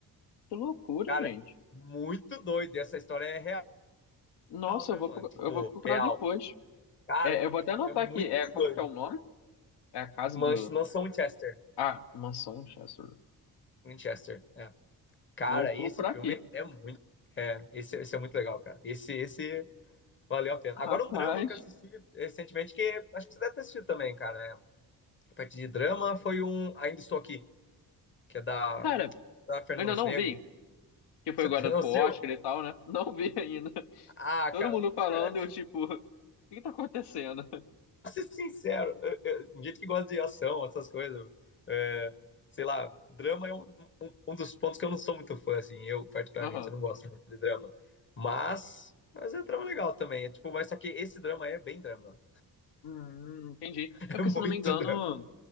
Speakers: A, on the left; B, on the left.
A: Que loucura,
B: Cara,
A: gente.
B: muito doido. Essa história é real,
A: Nossa,
B: né,
A: eu vou,
B: mano?
A: pro-
B: Tipo,
A: eu vou procurar
B: real.
A: depois.
B: Cara,
A: É, eu vou até anotar
B: é muito
A: aqui. É, como
B: doido.
A: que é o nome? É a casa
B: Mas
A: do.
B: não são Winchester.
A: Ah, Mansão Chester.
B: Winchester, é. Cara,
A: Vou procurar
B: esse filme
A: aqui.
B: é muito. É, esse, esse é muito legal, cara. Esse, esse valeu a pena. Agora,
A: Rapaz.
B: um drama que eu assisti recentemente, que acho que você deve ter assistido também, cara. Né? A partir de drama foi um Ainda Estou Aqui, que é da,
A: Cara, eu
B: da Fernanda
A: ainda
B: Montenegro.
A: não vi. Que foi
B: Você
A: agora
B: <laughs> não
A: pro
B: assistiu?
A: Oscar e tal, né? Não vi ainda.
B: Ah,
A: Todo
B: cara,
A: mundo falando,
B: na verdade,
A: eu tipo, <laughs> o que que tá acontecendo?
B: ser sincero, eu- eu- gente que gosta de ação, essas coisas, é, sei lá, drama é um, um, um dos pontos que eu não sou muito fã, assim, eu particularmente,
A: Aham.
B: eu não gosto muito de drama, mas, mas é drama legal também, é tipo, mas só que esse drama é bem drama,
A: Hum, entendi.
B: <laughs> é
A: É porque,
B: muito
A: se eu não me engano,
B: drama.